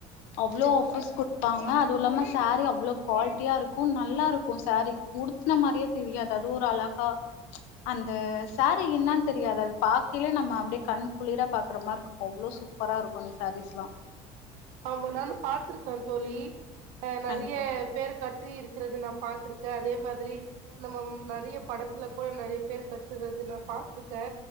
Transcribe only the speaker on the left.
அவ்ளோ
ஆஃபர்ஸ் குட்ப்பாங்க அதுவுல்லாம தாரீ அவ்ளோ கொல்ட்டியார்க்கு நல்லார்க்கு சாரீ உடுத்ன மாரியே தெரியாது அது ஒர் அழகா ம்ச் அந்த சரீ இன்னான் தெரியாது அது பாக்கையிலே நம்ம அப்டியே கண் குளிர பாக்ற மார்ருக்கு அவளோ சுப் ப்பரா இருக்கு இந்த சாரீஸ்லா
கண்டிப்பா தோழி